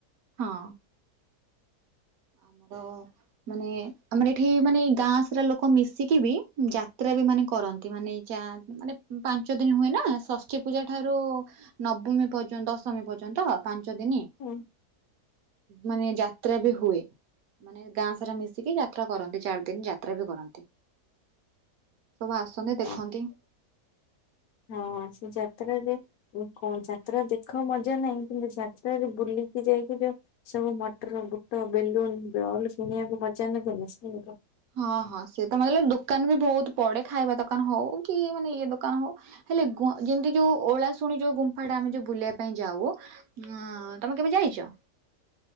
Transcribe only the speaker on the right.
ହଁ ଆମର ମାନେ ଆମର ଏଠି ମାନେ ଗାଁ ସାରା ଲୋକ ମିଶିକି ବି ଯାତ୍ରା ବି ମାନେ କରନ୍ତି ମାନେ ଚା ମାନେ ପାଞ୍ଚ ଦିନି ହୁଏ ନା ଷଷ୍ଠୀ ପୂଜା ଠାରୁ ନବମୀ ପର୍ଯ୍ୟନ୍ତ ଦଶମୀ ପର୍ଯ୍ୟନ୍ତ ପାଞ୍ଚ ଦିନି।
ମାନେ ଯାତ୍ରା ବି ହୁଏ। ମାନେ ଗାଁ ସାରା ମିଶିକି ଯାତ୍ରା କରନ୍ତି ଚାରି ଦିନି ଯାତ୍ରା ବି କରନ୍ତି। ସବୁ ଆସନ୍ତି
ଦେଖନ୍ତି।
ହଁ ହଁ ସେଏ ତ ମାନେ ଦୋକାନ ବି ବହୁତ୍ ପଡେ଼ ଖାଇବା ଦୋକାନ ହଉ କି ମାନେ ଇଏ ଦୋକାନ ହଉ। ହେଲେ ଯେମିତି ଯୋଉ ଓଳା ଶୁଣି ଯୋଉ ଗୁମ୍ଫା ଟା ଆମେ ଯୋଉ ବୁଲିବା ପାଇଁ ଯାଉ ହଁ ତମେ କେବେ ଯାଇଛ?